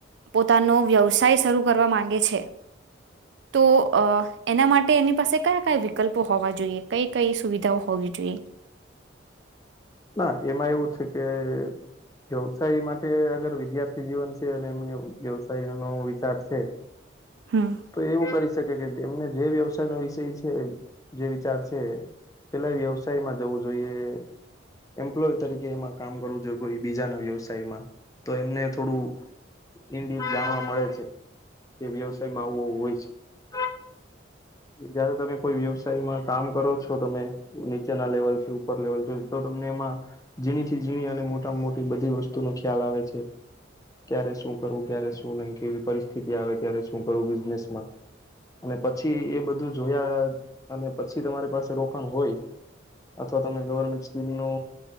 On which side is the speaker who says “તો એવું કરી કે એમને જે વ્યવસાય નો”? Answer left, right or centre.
Left